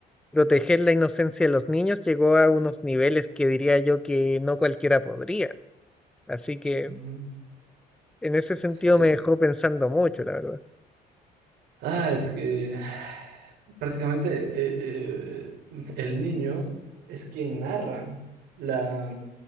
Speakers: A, in the centre; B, on the right.
A: proteger la inocencia de los niños llegó a unos niveles que diría yo que no cualquiera podría. Así que
B: Mm,
A: en ese sentido
B: Sí.
A: me dejó pensando mucho, la verdad.
B: Ah, es que <sighs> prácticamente eh, eh, el niño es quien narra la,